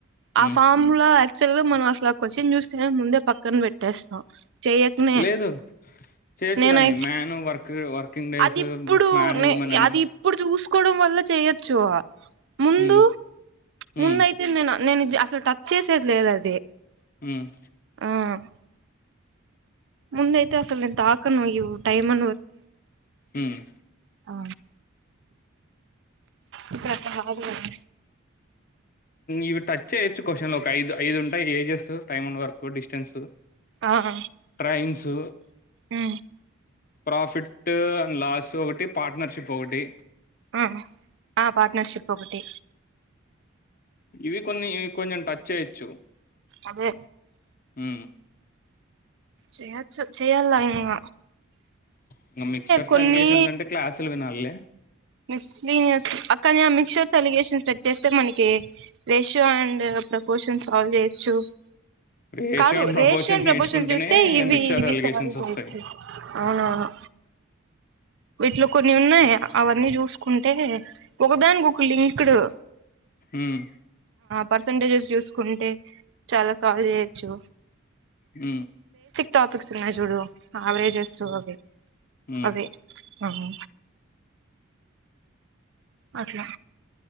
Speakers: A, on the right; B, on the left.
A: ఆ
B: హ్మ్
A: ఫామ్ లో ఏ యాక్చుయెల్ గ మనం అసలు ఆ క్వషన్ చూస్తే నే ముందే పక్కన పెట్టేస్తాం చెయ్యకనే
B: లేదు చేయచ్చుదాన్ని
A: నేనై
B: మ్యాను వర్క్ వర్కింగ్ డేస్
A: అది ఇప్పుడు
B: మ్యాన్
A: నే
B: ఉమెన్ అని
A: అది ఇప్పుడు చూసుకోవడం వల్ల చేయచ్చు ముందు
B: హ్మ్ హ్మ్
A: ముందు అయితే నేను నేను అసలు ట చేసేది లేదు అది
B: ఉమ్
A: ఉమ్ ముంద అయితే అసలు నేను తాకను ఇవ్ టైమ్ అను
B: ఉమ్
A: ఆ ఇప్పుడు అట్లా కాదు కదా
B: ఇవి టచ్చేయొచ్చు క్వశ్చన్లు ఒక ఐదు ఐదు ఉంటాయి ages time and work distance
A: ఆహ్
B: ట్రైన్స్
A: ఊ
B: ప్రాఫిట్ అండ్ లాస్ ఒకటి పార్ట్నర్షిప్ ఒకటి
A: ఊహు ఆ పార్ట్నర్షిప్ ఒకటి
B: ఇవి కొన్ని ఇవి కొంచెం టచ్ చేయచ్చు
A: అదే
B: ఊ
A: చేయచ్చు చేయాల్ల ఇంగ
B: ఇంగ మిక్చర్స్
A: కొన్ని
B: అలిగేషన్స్ అంటే క్లాసులు వినాలిలే
A: <unintelligible> కాని ఆహ్ మిక్చర్స్ అలిగేషన్ సెట్ చేస్తే మనకి రేషియో అండ్ ప్రపోషన్ సాల్వ్ చేయొచ్చు.
B: రేషియో
A: కాదు
B: అండ్ ప్రపోర్షన్స్
A: రేషన్ ప్రభోచన్
B: నేర్చుకుంటేనే
A: చూస్తే ఇవి
B: మిక్సర్
A: ఇవి
B: అలిగేషన్స్
A: సాల్వ్ చేయొచ్చు
B: వస్తాయి
A: అవును అవును వీట్లో కొన్ని ఉన్నాయి ఆ అవన్నీ చూసుకుంటే ఒకదానికి ఒక లింక్డు
B: ఉమ్
A: పర్సంటేజెస్ చూసుకుంటే చాలా సాల్వ్ చేయొచ్చు
B: ఊ
A: టాపక్స్ ఉన్నాయి జూడు ఆవరేజస్ ఓకె
B: ఉమ్
A: అవే అవు అట్లా